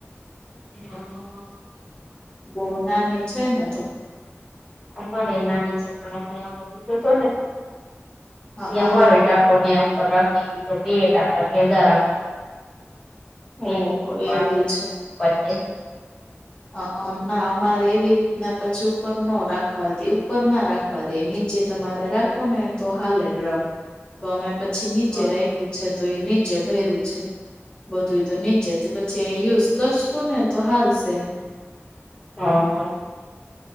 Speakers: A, in the centre; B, on the left.
A: <unintelligible>
B: બો નાની છે ને તો.
A: અમારે નાની છે પણ અમે લીધું ને
B: હા
A: એ અમારો ટ કોનેયા ઉપર રાખેલી તો બે ટાકા ભેગા રાખ <unintelligible>
B: ઓહો એવું અઅ ના અમારે એવી રીતના પછી ઉપર નો રાખવા દેવ ઉપર ના રાખવા દેમ નીચે તમારે રાખો ને તો હાલે ડ્રમ. તો અમે પછી નીચે
A: હા
B: રાખ્યું છે તો એ નીચે ભયર્યું છે. બધું તો નીચેથી પછી યુઝ કરશું ને તો હાલશે.
A: હ હા.